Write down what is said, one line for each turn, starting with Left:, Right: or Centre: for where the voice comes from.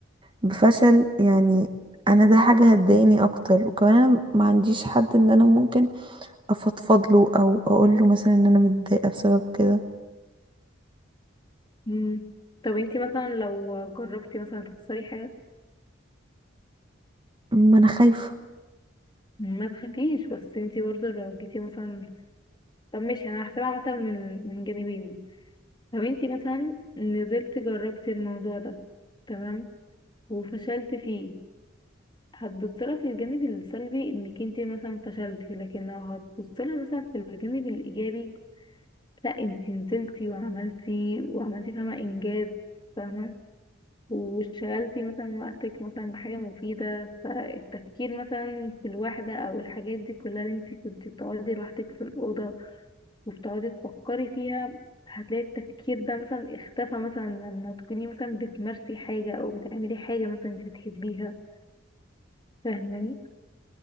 Right: بفشل يعني انا ده حاجة هتضايقني اكتر وكمان انا ما عنديش حد ان انا ممكن افضفض له او اقول له مثلا ان انا متضايقة بسبب كده
Left: مم. طب انتي مثلا لو جربتي مثلا تخسري حاجة
Right: ما انا خايفة
Left: ما تخافيش بس انتي برضه لو جيتي مثلا طب ماشي انا هحسبها مثلا من من جانبين لو انتي مثلا نزلت جربتي الموضوع ده تمام وفشلت فيه هتبصلها في الجانب السلبي انك انتي مثلا فشلتي لكن لو هتبصلها مثلا في الجانب الايجابي لا انتي نزلتي وعملتي وعملتي فاهمة انجاز فاهمة وشغلتي مثلا وقتك مثلا بحاجة مفيدة فالتفكير مثلا في الوحدة او الحاجات دي كلها اللي انتي كنتي بتقعدي لوحدك في الأوضة وبتقعدي تفكري فيها هتلاقي التفكير ده مثلا اختفى مثلا لما تكوني مثلا بتمارسي حاجة او بتعملي حاجة مثلا انتي بتحبيها فاهماني